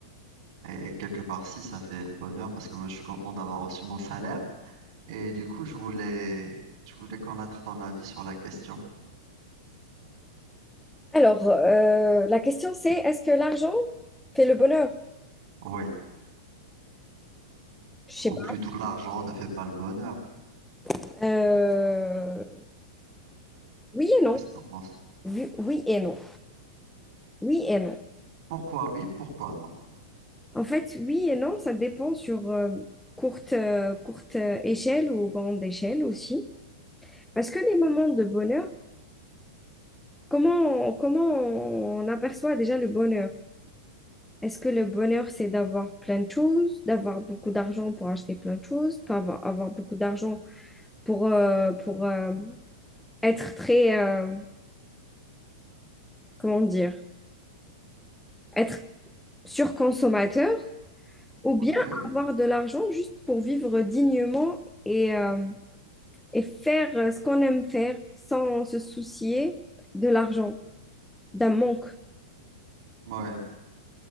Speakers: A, on the right; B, in the centre.
A: Et quelque part, si, ça fait le bonheur parce que moi, je suis content d'avoir reçu mon salaire. Et du coup, je voulais, je voulais connaître ton avis sur la question.
B: Alors, euh, la question c'est, est-ce que l'argent fait le bonheur?
A: Oui.
B: Je
A: Ou
B: sais
A: plutôt, l'argent ne fait pas le bonheur.
B: pas. Euh, oui et non.
A: Qu'est-ce que t'en penses?
B: Oui, oui et non. Oui et non.
A: Pourquoi oui, pourquoi non?
B: En fait, oui et non, ça dépend sur euh, courte, euh, courte euh, échelle ou grande échelle aussi. Parce que les moments de bonheur, comment, on- comment on aperçoit déjà le bonheur? Est-ce que le bonheur, c'est d'avoir plein de choses, d'avoir beaucoup d'argent pour acheter plein de choses, pas avoir, avoir beaucoup d'argent pour, euh, pour, euh, être très, euh, comment dire, être surconsommateur ou bien
A: Ok.
B: avoir de l'argent juste pour vivre dignement et, euh, et faire euh, ce qu'on aime faire sans se soucier de l'argent, d'un manque.
A: Ouais.